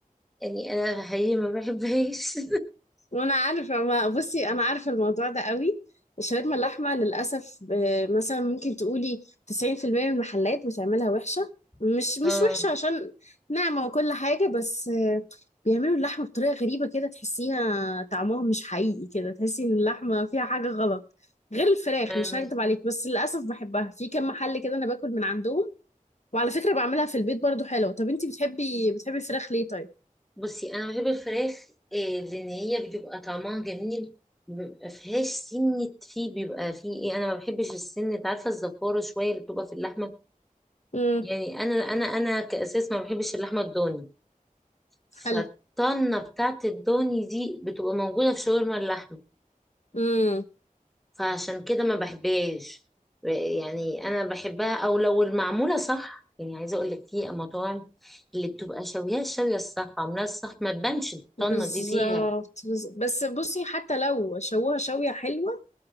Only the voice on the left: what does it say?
وانا عارفه ما بصي انا عارفه الموضوع ده قوي الشاورما اللحمه للاسف آه، مثلا ممكن تقولي 90% من المحلات بتعملها وحشه مش
مش
وحشه عشان ناعمه وكل حاجه بس آه، بيعملوا اللحمه بطريقه غريبه كده تحسيها طعمها مش حقيقي كده تحسي ان اللحمه فيها حاجه غلط غير الفراخ
مش هكدب عليك بس للاسف بحبها في كم محل كده انا باكل من عندهم وعلى فكره بعملها في البيت برضو حلوه طب انتي بتحبي بتحبي الفراخ ليه طيب
امم
حلو
امم
بالظبط
بز- بس بصي حتى لو شوها شوية حلوة